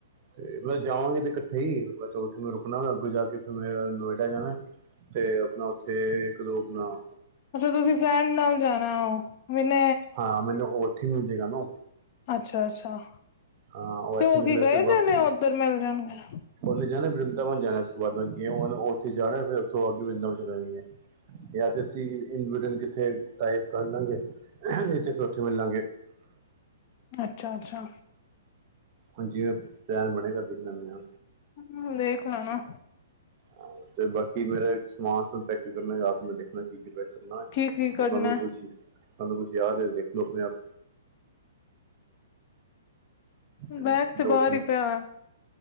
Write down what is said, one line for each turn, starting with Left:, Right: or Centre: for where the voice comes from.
Right: ਤੇ ਮੈਂ ਜਾਵਾਂਗੇ ਤੇ ਇਕ ਠੀਕ ਬਸ ਉੱਥੇ ਮੈਂ ਰੁਕਣਾ ਵਾ ਅੱਗੋ ਜਾ ਕੇ ਫਿਰ ਅਅ ਮੈਂ ਨੋਇਡਾ ਜਾਣਾ ਤੇ ਆਪਣਾ ਉੱਥੇ ਗਰੁਪ ਨਾ
Left: ਅੱਛਾ ਤੁਸੀਂ ਫਰੈਂਡ ਨਾਲ ਜਾਣਾ <inaudible> ਹੋਨ
Right: ਹਾਂ ਮੈਨੂੰ ਉਹ ਉੱਥੇ ਮਿਲ ਜਾਏਗਾ ਨਾ
Left: ਅੱਛਾ ਅੱਛਾ
Right: ਹਾਂ
Left: ਤੇ
Right: ਇੱਥੋਂ
Left: ਉਹ
Right: ਨਿਕਲਿਆ
Left: ਕੀ ਗਏ
Right: ਫਿਰ ਵਾਪਸੀ
Left: ਨੇ ਨੇ ਉੱਧਰ ਮਿਲ ਜਾਣਗੇ?
Right: ਉਹਨੇ ਜਾਣਾ ਵ੍ਰਿੰਦਾਵਨ ਜਾਣਾ ਉਸ ਤੋ ਬਾਅਦ ਮਤਲਬ ਕੀ ਉਹਨੇ ਉੱਥੇ ਜਾਣਾ ਫਿਰ ਉੱਥੋਂ ਆ ਵ੍ਰਿੰਦਾਵਨ ਚੱਲ ਜਾਂ ਤੇ ਅਸੀਂ ਇਨਬਟਨ ਕਿੱਥੇ ਟਾਈਪ ਕਰ ਲਾਂਗੇ? ਨੀਚੇ ਸੋਚੱ ਮਿਲਾਂਗੇ
Left: ਅੱਛਾ ਅੱਛਾ
Right: ਹਾਂਜੀ ਪਲੈਨ ਬਣੇਗਾ ਦੇਖ ਲੈਣੇ ਆ।
Left: ਹ ਦੇਖ ਲੈਣਾ
Right: ਹਾਂ ਤੇ ਬਾਕੀ ਮੇਰਾ ਇਕ ਸਮਾਨ ਸਭ ਪੈਕ ਕਰਨਾ ਯਾ ਆਪ ਮੈ ਦੇਖਣਾ ਕੀ ਕੀ ਪੈਕ ਕਰਨਾ।
Left: ਕੀ ਕੀ
Right: ਤੇ
Left: ਕਰਨਾ?
Right: ਤੁਹਾਨੂੰ ਕੁਛ ਤੁਹਾਨੂੰ ਕੁਛ ਯਾਦ ਏ ਦੇਖਲੋ ਆਪਣੇ ਆਪ? ਹਨਾ
Left: ਬੈਗ ਤੇ
Right: ਦੋ
Left: ਬਾਹਰ
Right: ਤਿੰਨ
Left: ਹੀ ਪਿਆ।